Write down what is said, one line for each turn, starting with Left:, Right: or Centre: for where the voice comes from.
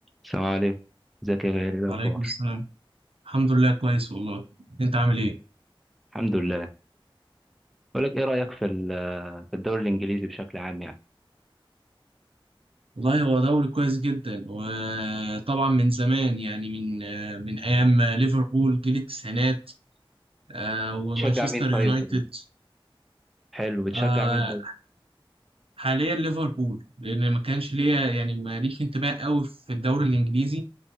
Centre: السلام عليكم ازيك يا غالي إيه الاخبار
Right: وعليكم السلام الحمد لله كويس والله انت عامل ايه
Centre: الحمد لله بقول لك ايه رايك في ال- في الدوري الانجليزي بشكل عام يعني
Right: والله هو دوري كويس جدا وطبعا من زمان يعني من آه، من ايام ليفربول جيل التسعينات آه، ومانشستر
Centre: تشجع مين طيب
Right: يونايتد
Centre: في ال- حلو بتشجع
Right: آه،
Centre: مين طيب
Right: حاليا ليفربول لان ما كانش ليا يعني ماليش انتباه قوي في الدوري الانجليزي